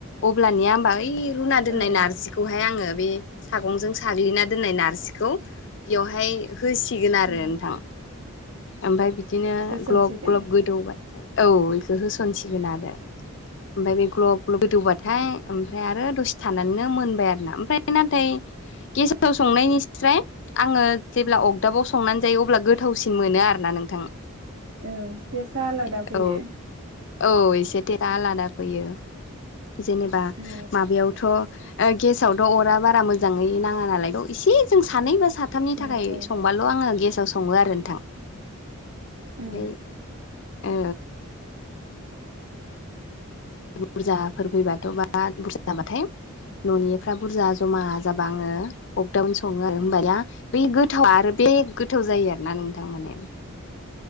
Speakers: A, on the left; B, on the right.
A: अब्लानिया होमबा ओय रुना दोननाय
B: औ
A: नारजि खौहाय आङो बे सागंजों साग्लिना दोननाय नारजिखौ। बेवहाय होसिगोन आरो
B: औ
A: नोंथां ओमफ्राय बिदिनो
B: होसनसिगोन
A: ग्लब-ग्लब गो दौबाय औ बेखौ होसनसिगोन आरो ओमफ्राय बे ग्लब-ग्लब गोदौबा थाय ओमफ्राय आरो दसे थानानैनो मोनबाय आरोना ओमफ्राय नाथाय गेसाव संनायनिस्राय। आङो जेब्ला अगदाबाव संनानै जायो अब्ला गोथावसिन मोनो आरोना नोंथां।
B: औ तेसा आलादा
A: औ-औ
B: फैयो
A: एसे थेफा आलादा फैयो जेने बा
B: औ
A: माबायावथ'। ओ गेसावथ' अरा बारा मोजाङै नाङा नालाय द एसे जों सानै बा साथामनि
B: औ
A: थाखाय
B: औ
A: संबा ल' आङो गेसाव सङो आरो नोंथां ओमफाय
B: ओं
A: ओ। बुरजाफोर फैबाथ' बाथ बुरजा बाथाय। न'निफ्रा बुरजा जमा जाबा आङो अगदाबावनो सङो आङो होमानिया बै गोथावा आरो बे गोथाव जायो आरोना नोंथां माने।